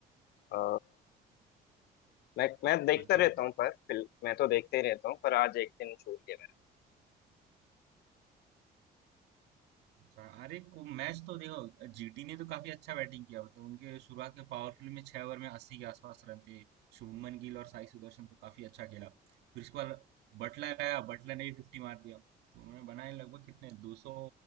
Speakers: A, on the left (about 75°); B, on the right (about 80°).
A: अ, मैं मैं देखता
B: अच्छा
A: रहता हूँ पर फिल मैं तो देखते ही रहता हूँ पर आज एक दिन छूट गया
B: अच्छा, अरे को मैच तो देखो जीटी ने तो काफी अच्छा बैटिंग किया मतलब उनके शुरुआत के पावरफुल में छह ओवर में अस्सी के आसपास रन थे शुभमन गिल और साई सुदर्शन तो काफी अच्छा खेला फिर उसके बाद बटलर आया बटलर ने भी फिफ्टी मार दिया तो उन्होंने बनाए लगभग कितने दो सौ